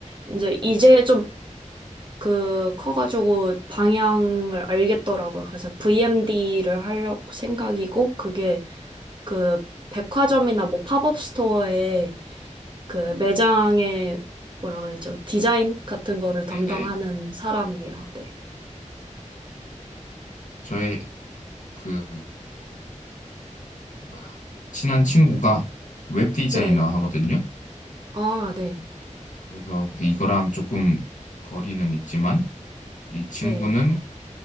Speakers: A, on the right; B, on the left.
A: 이제 이제 좀 그 커가지고 방향을 알겠더라고요. 그래서 VMD를 하려고 생각이고, 그게 그 백화점이나 뭐 팝업 스토어에 그 매장에 뭐라 그러죠? 디자인 같은 거를 담당하는
B: 네네.
A: 사람이에요. 네.
B: 저의 그 뭐야 친한 친구가 웹 디자이너
A: 네.
B: 하거든요.
A: 아, 네.
B: 그래서 그 이거랑 조금 거리는 있지만 이 친구는
A: 네.